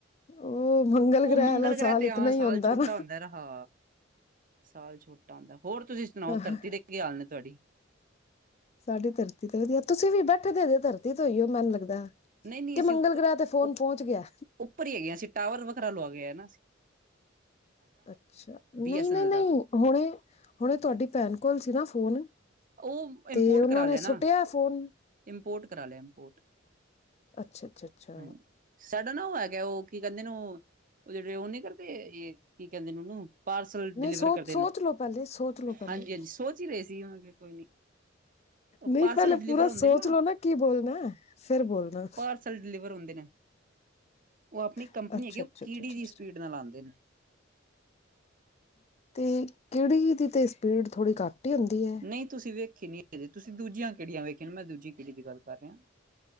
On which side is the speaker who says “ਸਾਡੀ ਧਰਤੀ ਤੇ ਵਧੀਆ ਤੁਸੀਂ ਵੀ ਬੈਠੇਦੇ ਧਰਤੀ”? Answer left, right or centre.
Left